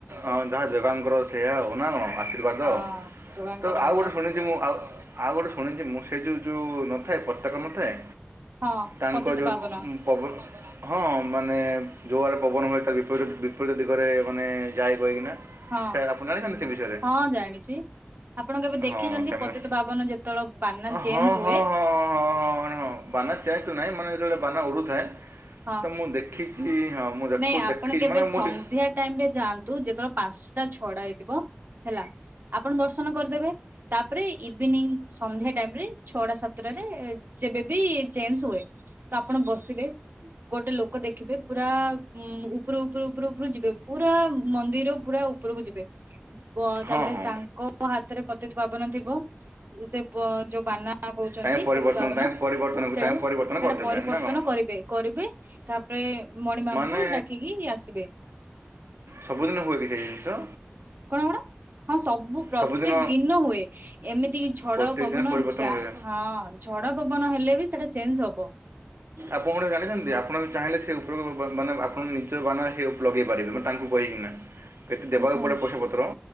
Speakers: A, on the right (about 80°); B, on the right (about 50°).
A: ହଁ ଯାହା ଜଗାଙ୍କର ସେୟା ଆଉ ନା କଣ? ଆଶୀର୍ବାଦ
B: ହଁ ଯୋଗାଙ୍କର
A: ତ ଆଉ
B: ନୀଳା।
A: ଗୋଟେ ଶୁଣି ମୁଁ ଆଉ ଗୋଟେ ଶୁଣିଛି ମୁଁ ସେ ଯୋଉ ଯୋଉ ଥାଏ ପତାକା ନଥାଏ
B: ହଁ
A: ତାଙ୍କ
B: ପତିତ
A: ଯୋଉବ
B: ପାବନ
A: ହଁ ମାନେ ଯୋଉଆରେ ପବନ ହୁଏ ତା ବିପ ପରି ବିପରୀତ ଦିଗରେ ମାନେ ଯାଏ କାହିକିନା ସେ
B: ହଁ
A: ଆପଣ ଜାଣିଛନ୍ତି ସେ ବିଷୟରେ
B: ହଁ ଜାଣିଛି। ଆପଣ କେବେ ଦେଖିଛନ୍ତି
A: ହଁ ହଁ ସେମାନେ
B: ପତିତ ପାବନ ଯେତେବେଳେ ବାନା ଚେଞ୍ଜ
A: ହଁ
B: ହୁଏ
A: ହଁ ହଁ ହଁ ହଁ। ବାନା କେତୁ ନାହିଁ ମାନେ ଯେତେବେଳେ ବାନା ଉଡୁଥାଏ
B: ହଁ
A: ତ ମୁଁ ଦେଖିଛି ହଁ ମୁଁ ଦେଖୁ
B: ନାଇଁ
A: ଦେଖି
B: ଆପଣ କେବେ
A: ମାନେ ମୁଁ
B: ସନ୍ଧ୍ୟା
A: ଟିକେ
B: ଟାଇମ ରେ ଯାଆନ୍ତୁ ଯେତେବେଳେ ପାଞ୍ଚଟା ଛଡା ହେଇଥିବ ହେଲା। ଆପଣ ଦର୍ଶନ କରିଦେବେ ତାପରେ ଇଭିନିଂ ସନ୍ଧ୍ୟା ଟାଇମ ରେ ଛଅଟା ସାତଟାରେ ଆ ଯେବେବି ଚେଞ୍ଜ ହୁଏ ତ ଆପଣ ବସିବେ ଗୋଟେ ଲୋକ ଦେଖିବେ ପୁରା ଉପରୁ ଉପରୁ ଉପରୁ ଉପରୁ ଯିବେ ପୁରା ମନ୍ଦିର ପୁରା ଉପରକୁ ଯିବେ
A: ହଁ
B: ତାପରେ
A: ହଁ
B: ତା ହାତରେ ପତିତ ପବନ ଥିବ ସେ ଯୋଉ ବାନା କହୁଛନ୍ତି
A: ତାଙ୍କେ ପରିବର୍ତ୍ତନ
B: ପ୍ରତୁ ପବନ
A: ତାଙ୍କେ ପରିବର୍ତ୍ତନକୁ
B: ସେଟା
A: ତାଙ୍କେ ପରିବର୍ତ୍ତନ
B: ସେଟା
A: କରିଦେବେ
B: ପରିବର୍ତ୍ତନ
A: ନା କ'ଣ
B: କରିବେ କରିବେ ତାପରେ ମଣିମାଙ୍କୁ
A: ମାନେ
B: ଡାକିକି ଆସିବେ
A: ସବୁଦିନ ହୁଏ କି ସେ ଏଇ ଜିନିଷ?
B: କଣ କଣ? ହଁ ସବୁ ପ୍ରତ୍ୟେକ
A: ସବୁଦିନ
B: ଦିନ ହୁଏ ଏମିତି କି ଝଡ଼,
A: ପ୍ରତ୍ୟେକ
B: ପବନ
A: ଦିନ ପରିବର୍ତ୍ତନ
B: ଯାହା
A: ହୁଏ
B: ହଁ ଝଡ଼ ପବନ ହେଲେ ବି ସେଇଟା ଚେଞ୍ଜ ହବ।
A: ଆପଣ ଗୋଟେ ଜାଣିଛନ୍ତି ଆପଣ ବି ଚାହିଁଲେ ସେ ଉପରକୁ ମାନେ ଆପଣ ନିଜ ବାନା ସେ ଲଗେଇ ପାରିବେ ମାନେ ତାଙ୍କୁ କହିକିନା। କେତେ ଦେବାକୁ
B: ଆଚ୍ଛା
A: ପଡ଼େ ପଇସା ପତ୍ର।